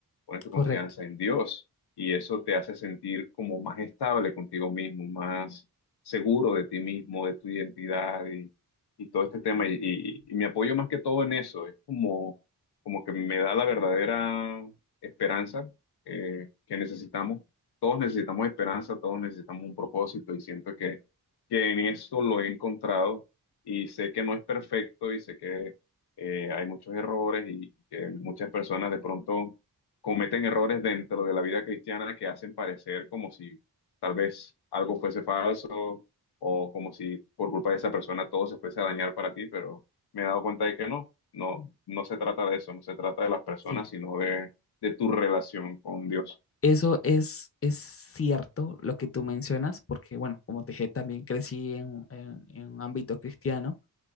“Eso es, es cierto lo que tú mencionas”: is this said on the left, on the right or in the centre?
Left